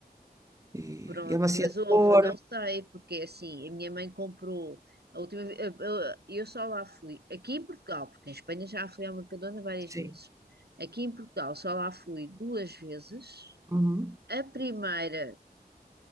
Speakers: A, on the right; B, on the right.
A: e
B: pronto,
A: e amaciador.
B: mas houve, não sei, porque é assim, a minha mãe comprou a última vez, eu, eu- eu só lá fui, aqui em Portugal, porque em Espanha já fui ao Mercadona várias
A: Sim.
B: vezes. Aqui em Portugal só lá fui duas vezes.
A: Uhum.
B: A primeira,